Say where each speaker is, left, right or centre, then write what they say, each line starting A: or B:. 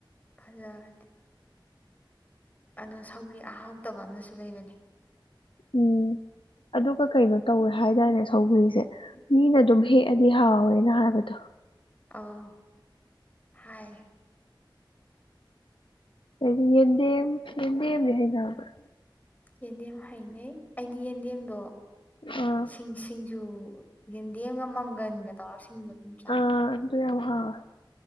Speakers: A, on the left; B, on the left.
A: ꯐꯖꯕꯅꯦ꯫ ꯑꯗꯨ ꯁꯧꯒ꯭ꯔꯤ ꯑꯥꯎꯇꯕ ꯑꯃꯁꯨ ꯂꯩꯕꯅꯤ꯫
B: ꯎꯝ ꯑꯗꯨꯒ ꯀꯩꯅꯣ ꯇꯧꯋꯦ ꯍꯥꯏꯇꯥꯔꯅꯦ ꯁꯧꯒ꯭ꯔꯤꯁꯦ ꯃꯤꯅ ꯑꯗꯨꯝ ꯍꯦꯛꯑꯗꯤ ꯍꯥꯎꯋꯦꯅ ꯍꯥꯏꯕꯗꯣ
A: ꯑꯣ ꯍꯥꯏ
B: ꯍꯥꯏꯗꯤ ꯌꯦꯟꯗꯦꯝ ꯌꯦꯟꯗꯦꯝꯗꯤ ꯍꯩꯅꯕꯔ
A: ꯌꯦꯟꯗꯦꯝ ꯍꯩꯩꯅꯩ ꯑꯩꯗꯤ ꯌꯦꯟꯗꯦꯝꯗꯣ
B: ꯑꯥ
A: ꯁꯤꯡ ꯁꯤꯡꯖꯨ ꯌꯦꯗꯤꯝꯒ ꯃꯪꯒꯟꯒ ꯇꯧꯔ ꯁꯤꯡꯖꯨ ꯑꯗꯨꯝ ꯆꯥꯏ
B: ꯑꯥ ꯑꯗꯨ ꯌꯥꯝ ꯍꯥꯎꯋꯦ꯫